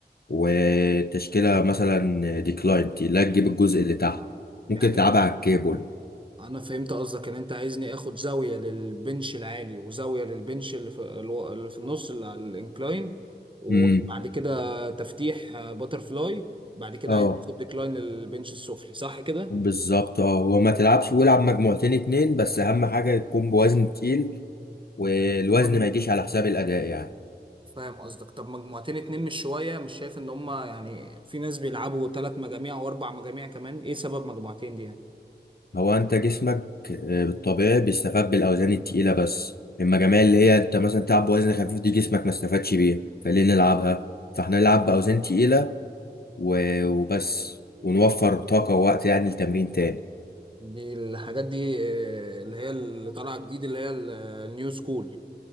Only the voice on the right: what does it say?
يعني
انا فهمت قصدك ان انت عايزني اخد زاوية للبنش العالي وزاوية للبنش اللي في, الو- اللي في النص اللي على الانكلاين وبعد
كده تفتيح باتر فلاي بعد كده
عايز اخد ديكلاين للبنش السفلي صح كده؟
مم.
فاهم قصدك طب مجموعتين اتنين مش شوية مش شايف ان هما يعني في ناس بيلعبوا تلات مجاميع واربع مجاميع كمان ايه سبب مجموعتين دي يعني
دي الحاجات دي آه، اللي هي اللي طالعة جديد اللي هي ال- آه، النيو سكول